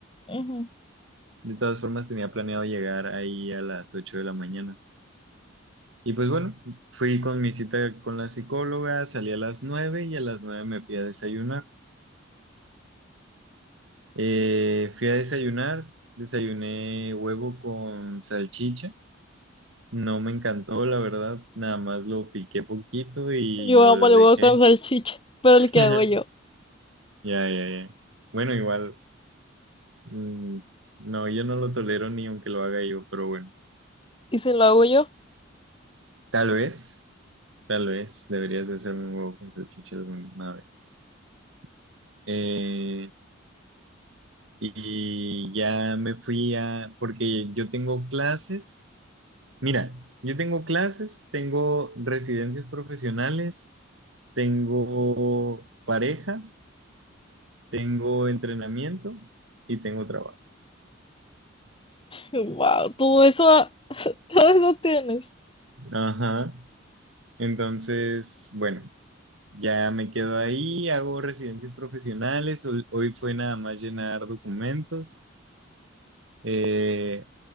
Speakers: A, on the left (about 25°); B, on the right (about 70°).
A: ujú.
B: De todas formas, tenía planeado llegar ahí a las 8 de la mañana. Y pues bueno, fui con mi cita con la psicóloga, salí a las nueve y a las nueve me fui a desayunar. Eh, fui a desayunar, desayuné huevo con salchicha. No me encantó, la verdad, nada más lo piqué poquito y
A: Yo
B: lo
A: amo el
B: dejé.
A: huevo con salchicha, pero
B: <laughs>
A: el que hago yo.
B: Ya, ya, ya. Bueno, igual, mm, no, yo no lo tolero ni aunque lo haga yo, pero bueno,
A: ¿Y si lo hago yo?
B: tal vez, tal vez deberías de hacerme un huevo con salchicha alguna vez. Eh, y ya me fui a, porque yo tengo clases, mira, yo tengo clases, tengo residencias profesionales, tengo pareja, tengo entrenamiento y tengo trabajo.
A: Wow, todo eso, todo eso tienes.
B: Ajá. Entonces, bueno, ya me quedo ahí, hago residencias profesionales, hoy, hoy fue nada más llenar documentos eh,